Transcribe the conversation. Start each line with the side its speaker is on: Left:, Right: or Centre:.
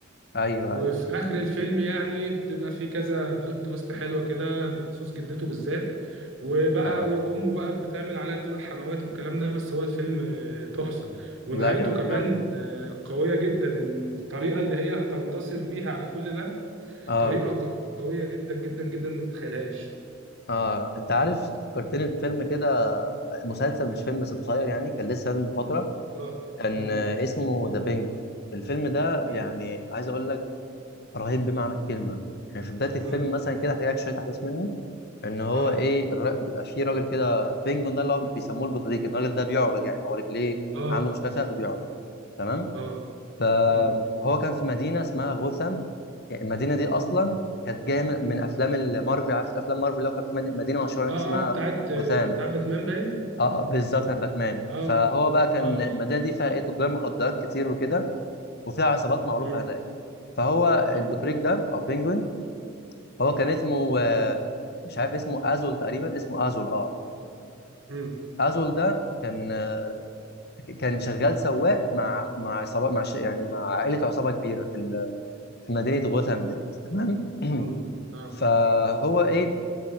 Left: ايوه
Right: وفي
Left: ايوه
Right: اخر الفيلم يعني بتبقى في كذا بلوت تويست حلوه كده بخصوص جدته بالذات وبقى
Left: اه
Right: امه بقى بتعمل عليها دور الحموات والكلام ده بس هو الفيلم آه، تحفه ونهايته
Left: لا جامد
Right: كمان
Left: قوي اه
Right: آه، قويه جدا ان الطريقه اللي هي هتنتصر بيها على كل ده
Left: اه
Right: طريقه قويه جدا جدا جدا ما تتخيلهاش
Left: اه انت عارف تفكرتني بفيلم كده مسلسل مش فيلم بس قصير يعني كان لسه نازل من فتره
Right: اه
Left: كان
Right: مم.
Left: آه، اسمه ذا بينج الفيلم ده
Right: مم.
Left: يعني عايز اقول لك رهيب بمعنى الكلمه يعني في بدايه الفيلم
Right: مم.
Left: مثلا كده هحكي لك شويه احداث منه ان هو
Right: اه
Left: ايه الر- بيبقى في راجل كده بينجون ده اللي هو بيسموه البطريق الراجل ده بيعرج يعني هو رجليه
Right: اه
Left: عنده مشكله فيها فبيعرج تمام
Right: اه
Left: فهو
Right: مم.
Left: كان في مدينه اسمها غوثام يعني المدينه دي اصلا كانت جايه من من افلام المارفل عارف افلام مارفل اللي هو كان في مدي- مدينه مشهوره هناك
Right: اه
Left: اسمها
Right: اه بتاعت آه،
Left: غوثام
Right: بتاعت باتمان باين
Left: اه بالظبط بتاعت باتمان
Right: اه
Left: فهو بقى كان
Right: اه
Left: المدينه
Right: اه
Left: دي فيها ايه تجار مخدرات كتير وكده وفيها عصابات معروفه
Right: مم.
Left: هناك فهو
Right: اه
Left: البطريق ده او بينجوين هو كان اسمه آه، مش عارف اسمه ازول تقريبا اسمه ازول اه
Right: مم.
Left: فازول ده كان آه، كان شغال سواق مع مع عصابه مع ش... يعني مع عائله عصابه كبيره في ال... في مدينه غوثام ديت تمام <clears throat>
Right: امم اه
Left: فهو ايه